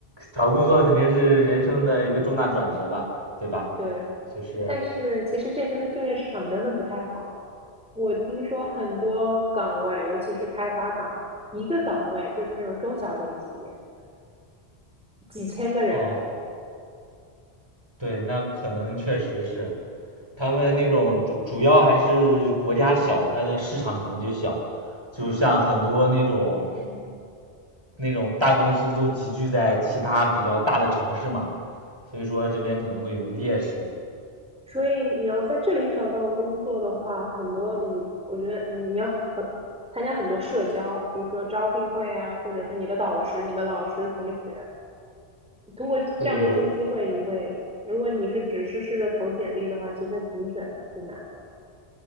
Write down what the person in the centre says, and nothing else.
对。
但是其实这边的就业市场真的不太好，我听说很多岗位，尤其是开发岗，一个岗位就是那种中小型企业，几千个人头。
嗯
嗯，所以你要在这里找到工作的话，很多你，我觉得你你要很参加很多社交，比如说招聘会啊，或者是你的导师、你的老师、同学。通过这样的一些机会，
你会，如果你是只是试着投简历的话，其实挺卷的，挺难的。